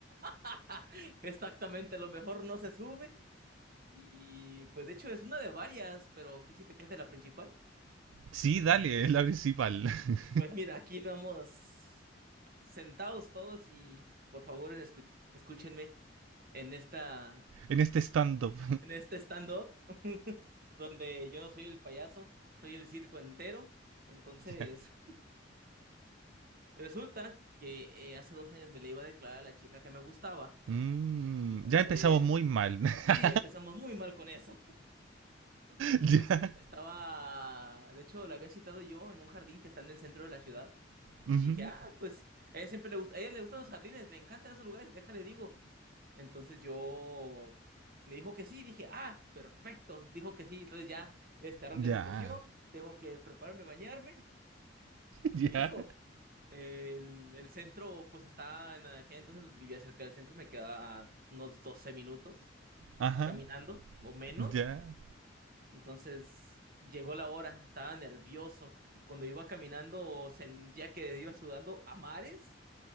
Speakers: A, on the right; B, on the right.
A: <laughs> exactamente lo mejor no se sube. Y pues de hecho es una de varias, pero quise te cuente la principal.
B: Sí, dale, es la principal. <laughs>
A: Pues mira, aquí vamos sentados todos y por favor escu- escúchenme en esta
B: En este stand-up.
A: en este stand-up donde yo no soy el payaso, soy el circo entero. Entonces,
B: <laughs> Ya.
A: <laughs> resulta que eh, hace dos años me le iba a declarar a la chica que me gustaba.
B: Mm,
A: Entonces,
B: ya empezamos muy mal. <laughs>
A: sí, empezamos muy mal con eso.
B: Ya.
A: <laughs> Estaba, de hecho, la había citado yo en un jardín que está en el centro de la ciudad
B: Ujú.
A: y dije, ah, pues a ella siempre le gusta, a ella le gustan los jardines, le encantan esos lugares, déjale digo. Entonces yo me dijo que sí, dije, ah, perfecto, dijo que sí, entonces ya este arroz
B: Ya.
A: ya se coció, tengo que prepararme, bañarme
B: <laughs>
A: y
B: Ya.
A: digo, el, el centro pues estaba en aquel entonces vivía cerca del centro, me quedaba a unos 12 minutos
B: Ajá.
A: caminando o menos,
B: Ya.
A: entonces llegó la hora, estaba nervioso, cuando iba caminando sentía que iba sudando a mares,